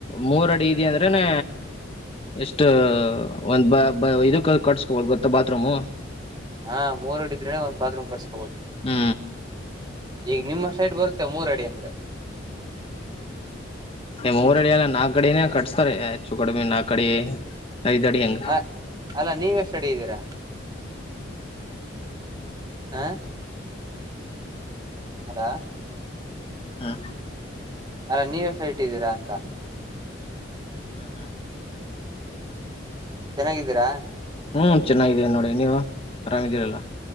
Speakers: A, on the left; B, on the right.
A: ಮೂರ್ ಅಡಿ ಇದೆ ಅಂದ್ರೆನ ಎಷ್ಟ ಒಂದ್ ಬ ಇದಕ್ಕ ಕಟ್ಸ್ಕೊಬೋದು ಗೊತ್ತ ಬಾತ್ರೂಮು
B: ಹಾ ಮೂರು ಆಡಿ ಇದ್ದರೆ ಒಂದ್ ಬಾತ್ರೂಂ ಕಟ್ಟಿಸ್
A: ಹ್ಮ್
B: ಈಗ ನಿಮ್ ಸೈಡ್ ಬರುತ್ತೆ ಮೂರು ಆಡಿ ಅಂದ್ರೆ
A: ಎ ಮೂರು ಅಡಿ ಅಲ್ಲ ನಾಕ್ ಅಡಿನೇ ಕಟ್ಸ್ತಾರೆ ಹೆಚ್ಚು ಕಡಿಮೆ ನಾಕ್ ಅಡಿ ಐದ್ ಅಡಿ ಹಂಗ
B: ಅ ಅಲ್ಲಾ ನೀವ್ ಎಷ್ಟ್ ಅಡಿ ಇದ್ದೀರಾ ಆ ಅಲಾ
A: ಹ
B: ಅಲ್ಲಾ ನೀವ್ ಎಷ್ಟು ಹೈಟ್ ಇಟ್ಟಿದ್ದೀರಾ ಅಂತ
A: ಹಹ
B: ಚೆನ್ನಾಗಿದ್ದೀರಾ
A: ಹ್ಮ್ ಚೆನ್ನಾಗಿದಿವ್ ನೋಡಿ ನೀವು ಆರಾಮಿದೀರಲ್ಲ